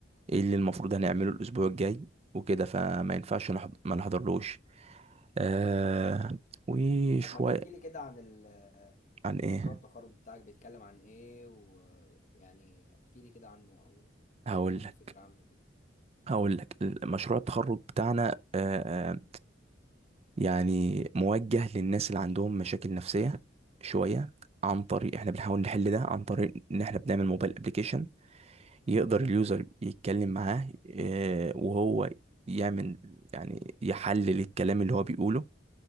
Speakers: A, on the right; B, on the left.
A: ايه اللي المفروض هنعمله الاسبوع الجاي وكده فما ينفعش نحض... ما نحضرلوش آه وشوية
B: طب ما تحكي لي كده عن ال- آه،
A: عن ايه
B: مشروع التخرج بتاعك بيتكلم عن ايه ويعني احكي لي كده عنه او
A: هقول
B: اديني
A: لك
B: فكرة عنه كده
A: هقول لك مشروع التخرج بتاعنا آه آه، يعني موجه للناس اللي عندهم مشاكل نفسية شوية عن طريق احنا بنحاول نحل ده عن طريق ان احنا بنعمل موبايل ابليكيشن يقدر اليوزر يتكلم معاه آه وهو يعمل يعني يحلل الكلام اللي هو بيقوله